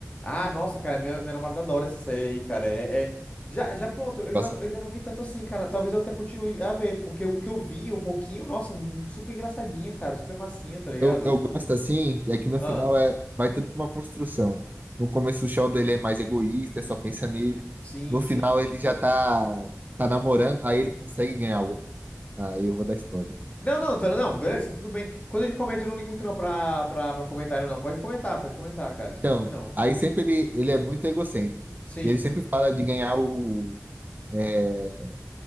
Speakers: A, on the left; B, on the right.
A: Ah, nossa, cara, minha, minha namorada adora essa série aí, cara. É, é- Já, já pronto, eu já,
B: gosto
A: eu já não vi tanto assim, cara. Talvez eu até continue a ver, porque o que eu vi, um pouquinho, nossa, hum, super engraçadinha, cara, super massinha, tá ligado?
B: Eu, eu gosto assim, é que no
A: Ah,
B: final é, vai tudo pra uma construção. No começo o Sheldon ele é mais egoísta, só pensa nele.
A: sim,
B: No
A: sim.
B: final ele já tá, tá namorando, aí ele consegue ganhar o. Aí eu vou dar spoiler.
A: Não, não, tá- não, beleza, tudo bem. Quando é de comédia, eu não ligo muito não pra, pra, pra comentário, não. Pode comentar, pode comentar, cara, não se
B: Então,
A: preocupe não.
B: aí sempre ele, ele
A: Hum.
B: é muito egocêntrico.
A: Sim,
B: E ele sempre fala de ganhar o, é,